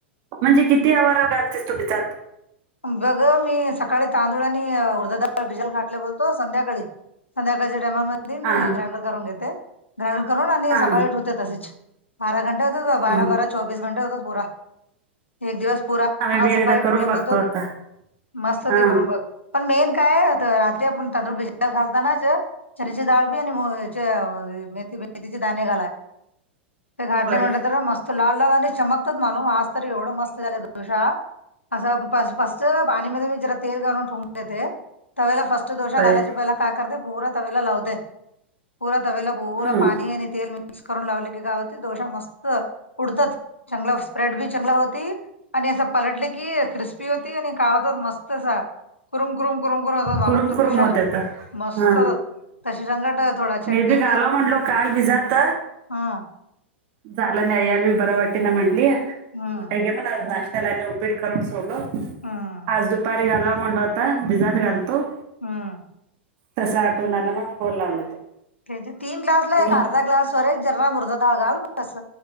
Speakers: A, on the right; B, on the left.
A: म्हणजे किती <inaudible> घालतेस तू तेच्यात?
B: बघ अ मी सकाळी तांदूळ आणि उडदाच डाळ भिजल घालतो बोलतो संध्याकाळी संध्याकाळच्या टायमामध्ये मी
A: हा
B: ग्राइंडर करून घेते, ग्राइंडर करून आणि
A: हा
B: सकाळी धुते तशेच बारा घंटे होतात,
A: हम्म
B: बारा बारा चौबीस घंटे होतात पूरा एक दिवस पुरा,
A: आम्ही
B: हा
A: बी एकदा
B: सकाळी
A: करून
B: थोडे
A: बघतो
B: बोलतो.
A: आता
B: मस्त
A: हा
B: ते करून बघ पण मेन काय रात्री आपण तांदूळ भिजत घालतानाच चण्याची डाळ बी आणि याचे मेथी मेथीचे दाणे घालाय ते घाटले
A: होय
B: म्हटले तर मस्त लाल लाल आणि चमकतात माणू आज तर एवढं मस्त झालं दोशा हा असं ब फर्स्ट पाणीमध्ये जरा तेल घालून फुकून देते. तव्याला फर्स्ट दोशा
A: होय
B: घालायचे पहिला काय करते बहुरा तवेला लावते बहुरा तवेला बहुरा
A: हम्म
B: पाणी आणि तेल मिक्स करून लावले की गाव ते दोशा मस्त <unintelligible> उडतच चांगला स्प्रेड बी चांगला होती आणि असं पलटले की क्रिस- -स्पी होती आणि काव होत मस्त असा कुरूम कुरूम कुरुम कुरम होतो माणूस
A: कुरुम
B: डोशा
A: कुरुम होत्यात
B: मस्त
A: हा
B: होतात. तश्या संघट थोडा चटणी
A: मी बी घालाव म्हणलो काल बी जात
B: हं
A: झालं न अयलवी बरावाटीन मणली
B: हम्म
A: कुठं गे म नाश्त्याला उपिट करून सोडलो.
B: हम्म
A: आज दुपारी घालाव म्हणलं होतं भिजत घालतो.
B: हम्म हम्म
A: तसं आठवून आला ना फोन लावलं तो
B: तेेजे तीन ग्लासला
A: आणि
B: एक अर्धा ग्लास वर जरा मुर्द ताळ घाल कसं